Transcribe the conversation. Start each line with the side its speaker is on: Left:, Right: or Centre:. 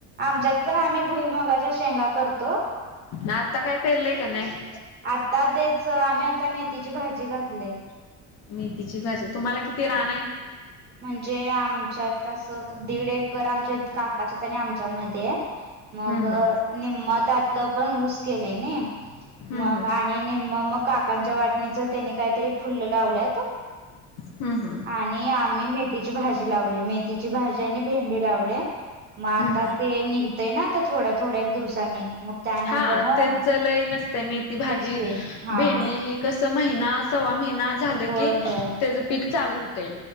Right: आमच्यात पण आम्ही भुईमुगाच्या शेंगा करतो.
Left: ना आत्ता काय पेरलंय का नाही?
Right: आता तेच आम्ही आता मेथीची भाजी घातलंय.
Left: मेथीची भाजी तुम्हाला किती रान आहे?
Right: म्हणजे आमच्यात असं दीड एकर आमच्या काकाच्या आणि आमच्यामध्ये हाय. मग
Left: हम्म हम्म
Right: निम्म त्यातलं पण ऊस केलंय नई.
Left: हम्म
Right: मग आणि निम्मं मग काकांच्या वाटणीच त्यांनी काहीतरी फुलं लावल्यात.
Left: हम्म. हम्म.
Right: आणि आम्ही मेथीची भाजी लावलंय, मेथीची भाजी आणि भेंडी लावलंय. मग आता
Left: हम्म
Right: ते निघतंय ना आता थोड्या थोड्या दिवसांनी. मग त्यानंतर
Left: हा
Right: मग
Left: त्यांचं लय नसतंय‌ मेथी भाजी,
Right: तेच की हा
Left: भेंडी कसं महिना सव्वा महिना झालं
Right: होय
Left: की
Right: होय
Left: त्याच पीक चालू होतंय.